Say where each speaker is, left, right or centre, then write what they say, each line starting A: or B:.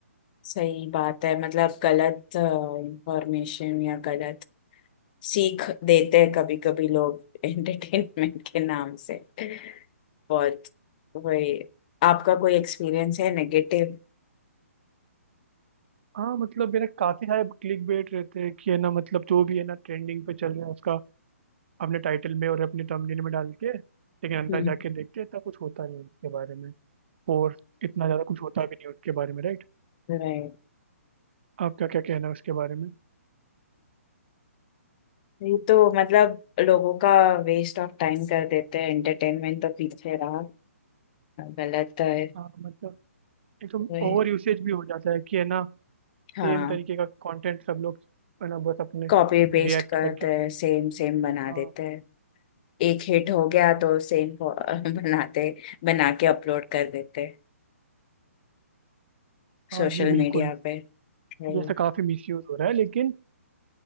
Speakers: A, on the left; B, on the right.
A: सही बात है मतलब गलत इंफॉर्मेशन या गलत सीख देते हैं कभी कभी लोग <laughs> एंटरटेनमेंट के नाम से बहुत वही आपका कोई एक्सपीरियंस है नेगेटिव
B: हाँ मतलब मेरा काफी सारे क्लिक बेट रहते हैं कि है ना मतलब जो भी है ना ट्रेंडिंग पे चल रहा है उसका अपने टाइटल में और अपने थंबनेल में डाल के लेकिन अंदर
A: हम्म
B: जाके देखते हैं इतना कुछ होता नहीं है उसके बारे में और इतना ज्यादा कुछ होता भी नहीं है उसके बारे में राइट
A: राइट
B: आपका क्या कहना है उसके बारे में
A: ये तो मतलब लोगों का वेस्ट ऑफ टाइम कर देते हैं एंटरटेनमेंट तो पीछे रहा गलत है
B: हाँ मतलब एकदम
A: वही
B: ओवर यूसेज भी हो जाता है कि है ना
A: हाँ
B: सेम तरीके का कंटेंट सब लोग है ना बस अपने
A: कॉपी पेस्ट
B: रिएक्ट
A: करते
B: करके
A: हैं सेम सेम बना
B: हाँ
A: देते हैं एक हिट हो गया तो सेम <laughs> बनाते बना के अपलोड कर देते
B: हाँ
A: सोशल
B: जी बिल्कुल
A: मीडिया पे हम्म।
B: ये ऐसा काफी मिसयूज हो रहा है लेकिन